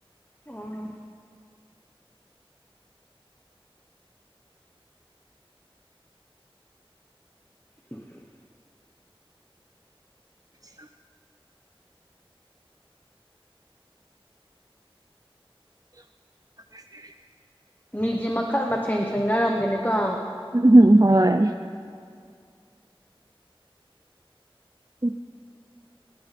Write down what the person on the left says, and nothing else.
ꯑꯣ ꯎꯝ
ꯃꯤꯗꯤ ꯃꯈꯜ-ꯃꯊꯦꯜ ꯊꯦꯡꯅꯔꯝꯒꯅꯤꯀꯣ